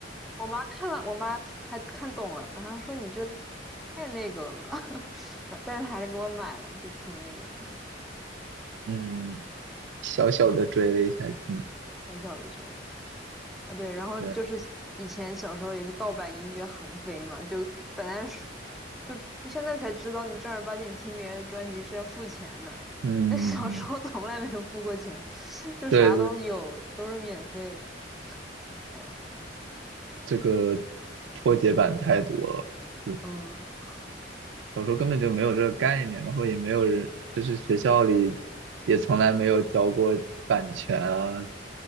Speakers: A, in the centre; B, on the right.
A: 我妈看了，我妈还看懂了，然后说你这太那个了吧，<laughs> 但是她还是给我买了，就挺那个
B: 嗯，小小的追了一下星，
A: 小小的这个啊，对，然后就是以前小时候也是盗版音乐横飞嘛，
B: 对，
A: 就本来是就就现在才知道你正儿八经听别人的专辑是要付钱的，
B: 嗯，
A: 但小时候从来没有付过钱，<laughs> 就啥都有，
B: 对对，
A: 都是免费的，哎呦，
B: 这个破解版太多了，嗯，
A: 嗯
B: 小时候根本就没有这个概念，然后也没有人，就是学校里也从来没有教过版权啊，